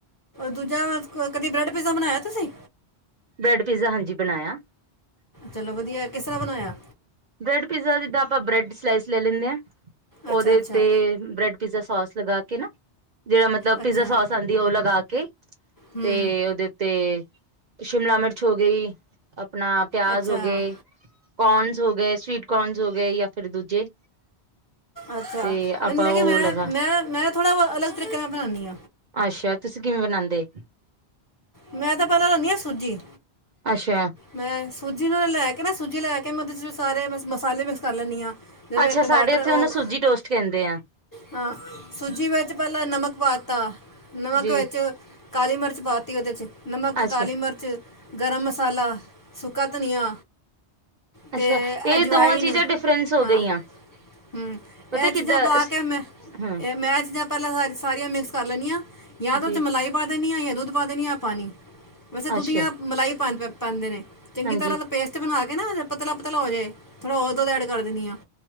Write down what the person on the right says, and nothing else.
ਬ੍ਰੈਡ ਪੀਜ਼ਾ ਹਾਂਜੀ ਬਣਾਇਆ।
ਬ੍ਰੈਡ ਪੀਜ਼ਾ ਜਿੱਦਾਂ ਆਪਾਂ ਬ੍ਰੈਡ ਸਲਾਈਸ ਲੈ ਲੈਂਦੇ ਆ। ਉਹਦੇ
ਤੇ ਬ੍ਰੈਡ ਪੀਜ਼ਾ ਸੋਸ। ਲਗਾ ਕੇ ਨਾ ਜਿਹੜਾ ਮਤਲਬ
ਪਿਜ਼ਾ ਸੋਸ ਆਉਂਦੀ ਉਹ ਲਗਾ ਕੇ
ਤੇ ਉਹਦੇ ਤੇ ਸ਼ਿਮਲਾ ਮਿਰਚ ਹੋ ਗਈ ਆਪਣਾ ਪਿਆਜ
ਹੋ ਗਏ ਕੋਰਨਸ ਗਏ ਸਵੀਟ ਕੋਰਨਸ ਹੋ ਗਏ ਜਾਂ ਫਿਰ ਦੂਜੇ
ਤੇ ਆਪਾਂ
ਉਹ
ਲਗਾ
ਅੱਛਾ ਤੁਸੀਂ ਕਿਵੇਂ ਬਣਾਉਦੇ
ਅੱਛਾ
ਅੱਛਾ
ਸਾਡੇ ਉੱਥੇ
ਉਹਨੂੰ ਸੂਜੀ ਟੋਸਟ ਕਹਿੰਦੇ ਆ
ਜੀ
ਅੱਛਾ
ਅੱਛਾ ਇਹ
ਦੋਵਾਂ ਚੀਜ਼ਾਂ ਡਿਫਰੈਂਸ ਹੋ
ਗਈਆਂ
ਪਤਾ
ਕਿੱਦਾਂ
ਹਾਂ
ਜੀ
ਅੱਛਾ
ਹਾਂਜੀ